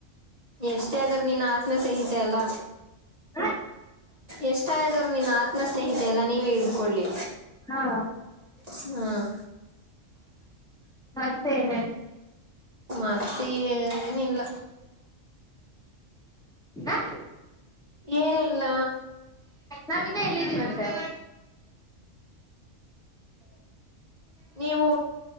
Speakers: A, on the right (about 30°); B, in the centre.
A: ಎಷ್ಟೇ ಆದ್ರೂ ನಿನ್ ಆತ್ಮ ಸಹಿತ ಅಲ್ಲ
B: ಹ
A: ಎಷ್ಟ ಆದ್ರು ನಿನ್ನ ಆತ್ಮ ಸ್ನೇಹಿತೆ ಎಲ್ಲಾ ನೀವೇ ಹಿಡಿದುಕೊಳ್ಳಿ
B: ಹಾ
A: ಹ್ಮ್
B: ಮತ್ತೆನ
A: ಮತ್ತೆ ಏನಿಲ್ಲ
B: ಹಾ
A: ಏನಿಲ್ಲ
B: ನಾವಿನ್ನ ಎಲ್ಲಿದ್ದೀವನ್ ಸರ್
A: ನೀವು